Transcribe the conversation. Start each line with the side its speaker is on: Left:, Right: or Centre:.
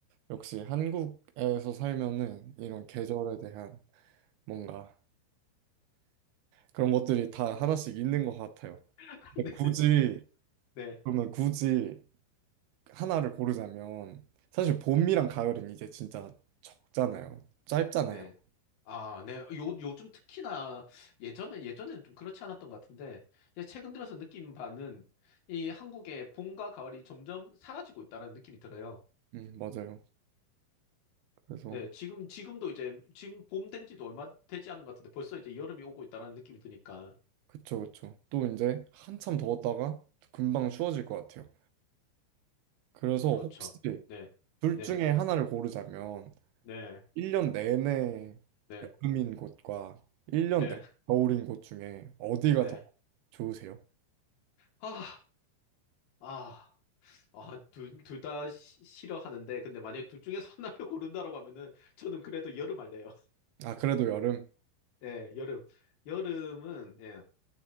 Right: 역시 한국에서 살면은 이런 계절에 대한 뭔가 그런 것들이 다 하나씩 있는 것 같아요.
Left: <laughs>
Right: 근데
Left: 네.
Right: 굳이
Left: 네.
Right: 그러면 굳이 하나를 고르자면 사실 봄이랑 가을은 이제 진짜 적잖아요. 짧잖아요.
Left: 네. 아, 네. 요, 요즘 특히나 예전에, 예전에는 좀 그렇지 않았던 것 같은데, 이제 최근 들어서 느낀 바는 이 한국의 봄과 가을이 점점 사라지고 있다는 느낌이 들어요.
Right: 음, 맞아요. 그래서
Left: 네. 지금, 지금도 이제, 지금 봄된 지도 얼마 되지 않은 것 같은데 벌써 이제 여름이 오고 있다는 느낌이 드니까.
Right: 그쵸 그쵸. 또 이제 한참 더웠다가 금방 추워질 것 같아요. 그래서
Left: 그렇죠.
Right: 혹시
Left: 네.
Right: 둘
Left: 네.
Right: 중에 하나를 고르자면
Left: 네.
Right: 1년 내내
Left: 네.
Right: 여름인 곳과 1년
Left: 네.
Right: 내내 겨울인 곳 중에 어디가
Left: 네.
Right: 더 좋으세요?
Left: 아, 아. 아, 둘, 둘 다 싫어하는데, 근데 만약에 둘 중에서 하나를 <laughs> 고른다라고 하면은, 저는 그래도 여름 할래요.
Right: 아 그래도 여름?
Left: 예, 여름. 여름은, 예,